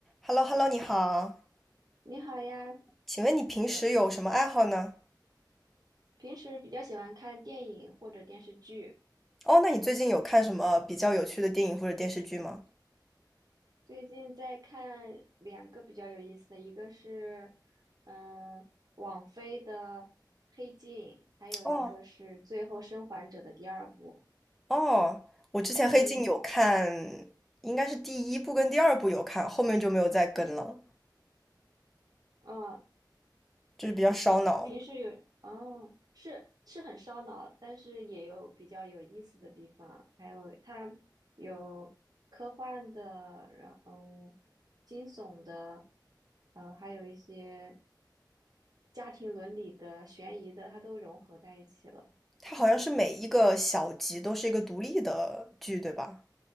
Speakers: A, in the centre; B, on the right.
A: h e l l o h e l l o 你好，
B: 你好呀，
A: 请问你平时有什么爱好呢？
B: 平时比较喜欢看电影或者电视剧，
A: 哦，那你最近有看什么比较有趣的电影或者电视剧吗？
B: 最近在看两个比较有意思的，一个是嗯、呃网飞的《黑镜》，还有一个是《最后生还者》的第二部。
A: 哦哦，我之前《黑镜》有看，
B: 嗯
A: 应该是第一部跟第二部有看，后面就没有再跟了，
B: 啊，
A: 就是比较烧脑。
B: 平时有哦，是是很烧脑，但是也有比较有意思的地方，还有它有科幻的，然后惊悚的，呃，还有一些。家庭伦理的、悬疑的，它都融合在一起了。
A: 它好像是每一个小集都是一个独立的剧，对吧？